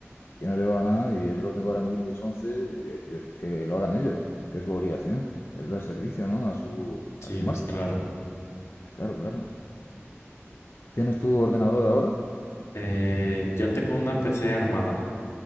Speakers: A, on the left; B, on the left.
A: y no llevaba nada y yo lo tengo ahora en Windows 11 y que, que lo hagan ellos, que es su obligación, es dar servicio, ¿no? A su,
B: sí,
A: a su marca.
B: pues claro.
A: Claro, claro. ¿Tienes tu ordenador ahora?
B: Eh, yo tengo una PC armada.